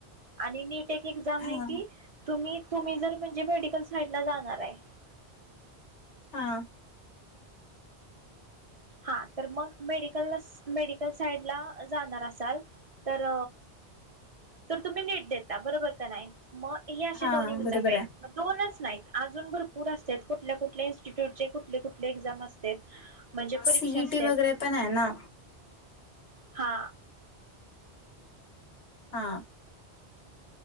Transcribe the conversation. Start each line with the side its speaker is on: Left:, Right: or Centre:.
Right: आणि नीट एक एक्झाम
Left: हा
Right: आहे की तुम्ही जर म्हणजे मेडिकल साईडला जाणार आहे <unintelligible>
Left: हा
Right: हा तर मग मेडिकल मेडिकल साईड ला जाणार असाल तर तर तुम्ही नीट देता बरोबर का नाही मग हे असे
Left: हा
Right: दोन एक्झाम
Left: बरोबर
Right: आहेत
Left: आहे.
Right: म दोनच नाहीत अजून भरपूर असतात कुठल्या कुठल्या इन्स्टिट्यूटचे कुठले कुठले एक्झाम असतेात म्हणजे परीक्षा
Left: सीईटी
Right: असते
Left: वगैरे पण आहे ना?
Right: हा
Left: हा